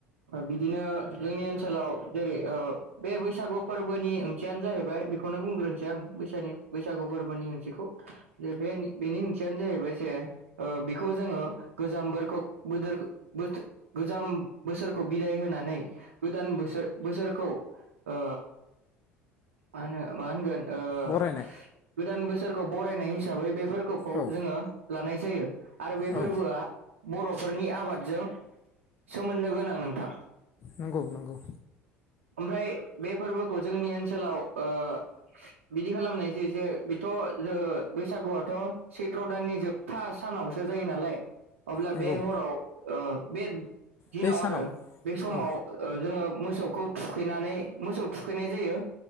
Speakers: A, on the right; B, on the left.
A: बिदिनो जोंनि ओनसोलाव जेरै बे बैसागु फोरबोनि ओंथियानो जाहैबाय बेखौनो बुंग्रोनोसै आं बैस बैसागु फोरबोनि ओंथिखौ जे बे बेनि ओंथियानो जाहैबाय जे बेखौ जोङो गोजाम बोरखौ बोदोरखो बोथो गोजाम बोसोरखौ बिदाय होनानै गोदान बोसो बोसोरखौ ओ मा होनो मा होनगोन? ओ
B: बरायनाय।
A: गोदान बोसोरखौ बरायनाय हिसा हिसाबै बे फोरखखौ
B: औ
A: जोङो लानाय जायो। आरो बे
B: औ
A: फोरबोआ बर'फोरनि आबादजों सोमोन्दो गोनां नोंथां।
B: नंगौ नंगौ
A: ओमफ्राय बे फोरबोखौ जोंनि ओनसोलाव ओ बिदि खालामनाय ज जे बेथ' जो बैसागुआथ' सैथ्र' दाननि जोबथा सानावसो जायो नालाय। अब्ला
B: नंगौ
A: बे हराव ओ बे दिनाव
B: बे सानाव
A: आरो बे समाव
B: औ
A: ओ जोङो मोसौखौ थुखैनानै मोसौ थुखैनाय जायो।